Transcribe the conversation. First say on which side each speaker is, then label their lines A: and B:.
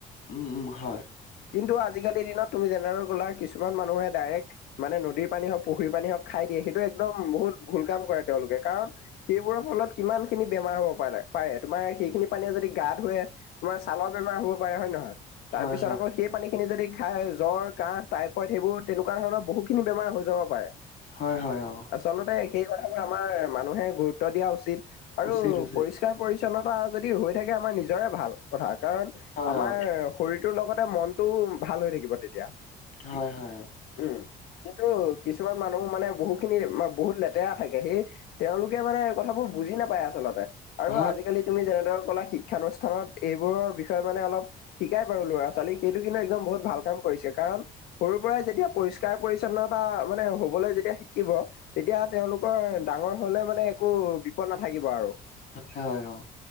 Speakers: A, on the left; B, on the left.
A: উম' হয়।
B: কিন্তু আজিকালি দিনত তুমি যেনেকৈ কলা কিছুমান মানুহে ডাইৰেক্ট মানে নদীৰ পানী হওক পুখুৰীৰ পানী হওক খাই দিয়ে সেইটো একদম বহুত ভুল কাম কৰে তেওঁলোকে কাৰণ সেইবোৰৰ ফলত কিমান খিনি বেমাৰ হ'ব পাৰে পাৰে তোমাৰ সেইখিনি পানীয়ে যদি গা ধুৱে তোমাৰ ছালৰ বেমাৰ হব পাৰে হয় নহয় তাৰ
A: হয়,
B: পিছত
A: হয়,
B: আকৌ সেই পানী খিনি যদি খাই জ্বৰ, কাহ, টাইফইড সেইবোৰ তেনেকুৱা ধৰণৰ বহুত খিনি বেমাৰ হৈ যাব পাৰে
A: হয় হয় হয় অ'।
B: আচলতে সেই কথাবোৰ আমাৰ মানুহে গুৰুত্ব দিয়া উচিত আৰু
A: উচিত, উচিত,
B: পৰি পৰিচ্ছন্নতা যদি হৈ থাকে আমাৰ নিজৰে ভাল কথা কাৰণ
A: হয়,
B: আমাৰ
A: অ,
B: শৰীৰটোৰ লগতে মনটো ভাল হৈ থাকিব তেতিয়া।
A: হয় হয় অ'।
B: উম কিন্তু কিছুমান মানুহ মানে বহুখিনি বহুত লেতেৰা থাকে সেই তেওঁলোকে মানে এই কথাবোৰ বুজি নাপায় আচলতে আৰু
A: হয়,
B: আজি আজিকালি তুমি যেনেদৰে কলা শিক্ষানুষ্ঠানত এইবোৰৰ বিষয়ে মানে অলপ শিকাই বাৰু ল'ৰা ছোৱালীক সেইটো কিন্তু একদম বহুত ভাল কাম কৰিছে কাৰণ সৰুৰ পৰাই যেতিয়া পৰিস্কাৰ পৰিচ্ছন্নতা মানে হবলৈ যেতিয়া শিকিব তেতিয়া তেওঁলোকৰ ডাঙৰ হলে মানে একো বিপদ নাথাকিব আৰু
A: হয় হয় হয়।